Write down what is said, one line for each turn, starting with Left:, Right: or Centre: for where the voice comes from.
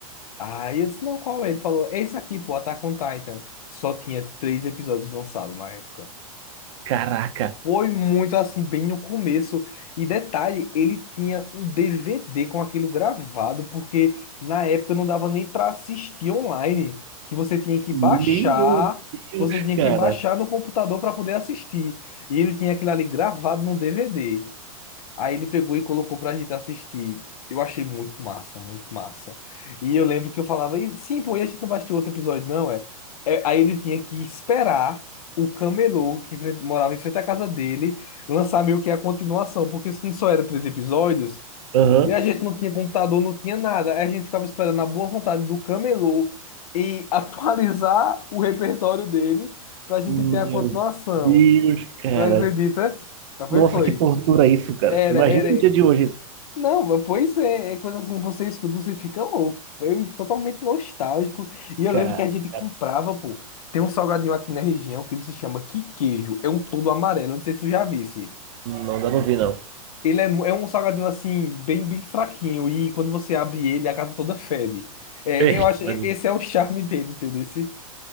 Left: Aí eu disse, não, qual é? Ele falou, é esse aqui, pô, Attack on Titan. Só tinha três episódios lançados na época.
Right: Caraca.
Left: Foi muito assim, bem no começo. E detalhe, ele tinha um DVD com aquilo gravado, porque na época não dava nem para assistir online, que você tinha que
Right: Meu
Left: baixar,
Right: Deus,
Left: você tinha
Right: cara.
Left: que baixar no computador para poder assistir. E ele tinha aquilo ali gravado no DVD. Aí ele pegou e colocou pra gente assistir. Eu achei muito massa, muito massa. E eu lembro que eu falava, "E, sim, pô, e a gente não vai assistir outro episódio, não, é? É, Aí ele tinha que esperar o camelô que fre- morava em frente à casa dele lançar meio que a continuação, porque se não só eram três episódios,
Right: Aham.
Left: e a gente não tinha computador, não tinha nada. Aí a gente ficava esperando a boa vontade do camelô e <laughs> atualizar o repertório dele pra gente
Right: Meu
Left: ter a continuação.
Right: Deus, cara.
Left: Tu acredita? Foi,
Right: Nossa,
Left: foi.
Right: que tortura isso, cara.
Left: Era,
Right: Imagina
Left: era.
Right: no dia de hoje isso.
Left: Não, mas pois é, é coisa assim, você escuta, você fica louco. Foi totalmente nostálgico. E eu
Right: Cara,
Left: lembro que a gente comprava,
Right: cara,
Left: pô. Tem um salgadinho aqui na região que ele se chama Que Queijo. É um todo amarelo, não sei se tu já visse.
Right: não dá não vi, não.
Left: Ele é, mu- é um salgadinho assim, bem, bem fraquinho. E quando você abre ele, a casa toda fede. É,
Right: Ixi,
Left: eu acho, e-
Right: mas-
Left: esse é o charme dele, entendeu? Esse-